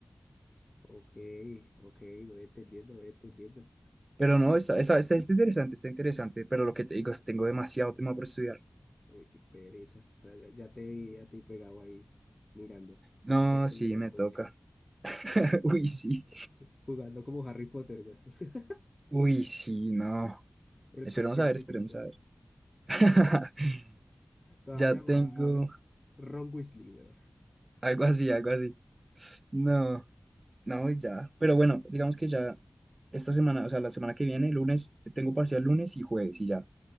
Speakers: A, on the left; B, on the right.
A: Ok, ok, voy entendiendo, voy entendiendo.
B: Pero no, está, está, está, está interesante, está interesante, pero lo que te digo es tengo demasiado tema por estudiar.
A: Uy, qué pereza. O sea, ya, ya te vi a ti pegado ahí mirando.
B: No,
A: Eh,
B: sí,
A: Mira,
B: me
A: con
B: toca.
A: qué.
B: <laughs> Uy, sí.
A: <laughs> Jugando como Harry Potter, güey. <laughs>
B: Uy, sí, no.
A: El
B: Esperemos
A: cóctel
B: a ver,
A: secreto.
B: esperemos a ver. <laughs>
A: Te voy a llam- te voy
B: Ya
A: a llamar
B: tengo
A: Ron Weasley, güey.
B: algo así, algo así. No, no, y ya. Pero bueno, digamos que ya esta semana, o sea, la semana que viene, lunes, tengo parcial lunes y jueves y ya.